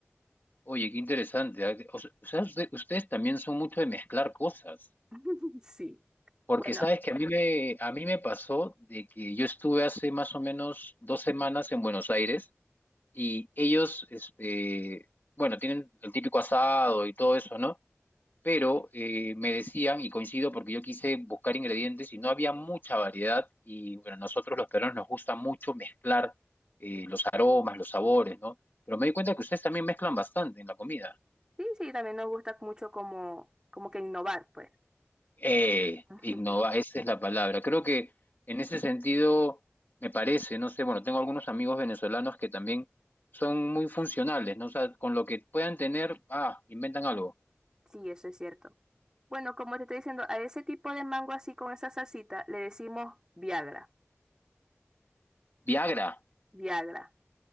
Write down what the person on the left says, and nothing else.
Oye, qué interesante. ah, que- O sea, o sea, usted- ustedes también son mucho de mezclar cosas.
Porque
sabes que a mí me, a mí me pasó de que yo estuve hace más o menos dos semanas en Buenos Aires y ellos, este, bueno, tienen el típico asado y todo eso, ¿no? Pero eh, me decían, y coincido porque yo quise buscar ingredientes y no había mucha variedad, y bueno, nosotros los peruanos nos gusta mucho mezclar eh, los aromas, los sabores, ¿no? Pero me di cuenta que ustedes también mezclan bastante en la comida.
Eh,
innova, esa es la palabra. Creo que en ese sentido me parece, no sé, bueno, tengo algunos amigos venezolanos que también son muy funcionales, ¿no? O sea, con lo que puedan tener, ah, inventan algo.
Viagra,